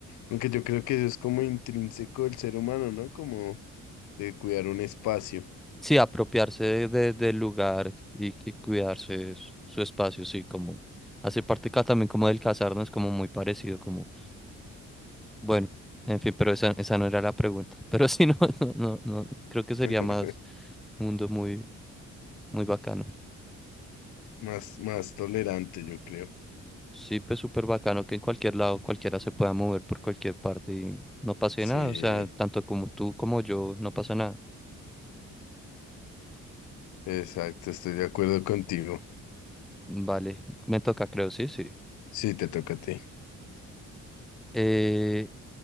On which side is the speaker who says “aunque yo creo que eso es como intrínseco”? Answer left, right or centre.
Left